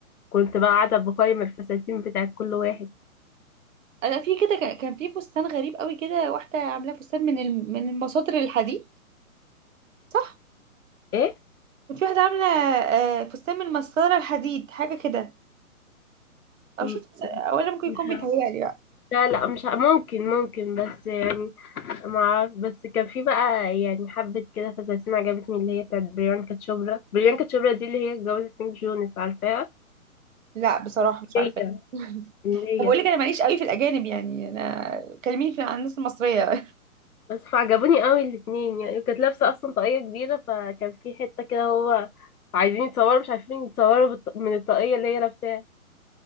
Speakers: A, on the left (about 80°); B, on the right (about 60°).
A: كنت بقى قاعده بقيم الفساتين بتاعت كل واحد
B: انا في كده كان كان في فستان غريب قوي كده واحده عاملاه فستان من الم... من المساطر الحديد صح
A: ايه
B: في واحده عامله آه، فستان من مسطره الحديد حاجه كده او
A: م-
B: شفت او انا ممكن
A: مش
B: يكون بيتهيألي
A: ه- لا لا مش ه- ممكن ممكن بس يعني ما اعرف بس كان في بقى يعني حبه كده فساتين عجبتني اللي هي بتاعت بريانكا تشوبرا بريانكا تشوبرا دي اللي هي اتجوزت نيك جونس عارفاها
B: لا بصراحة مش عارفة
A: هي
B: <laughs>
A: هي
B: طب بقول لك انا ماليش قوي في الاجانب يعني انا كلميني في عن الناس المصريه <laughs>
A: بس فعجبوني قوي الاتنين يعني كانت لابسة اصلا طاقية كبيرة فكان في حتة كده هو عايزين يتصوروا مش عارفين يتصوروا بالط- من الطاقية اللي هي لابساها